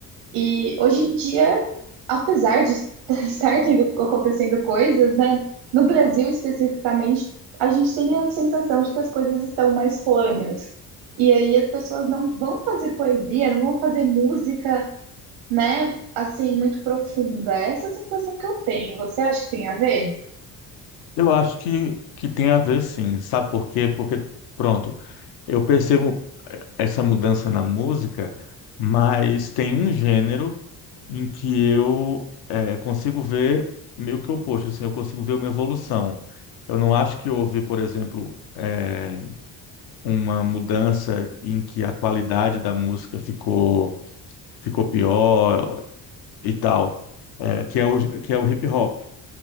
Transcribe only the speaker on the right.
E hoje em dia, apesar de <laughs> estar tendo, acontecendo coisas, né, no Brasil especificamente, a gente tem a sensação de que as coisas estão mais planas. E aí as pessoas não vão fazer poesia, não vão fazer música, né, assim, muito profunda. Essa é a sensação que eu tenho. Você acha que tem a ver?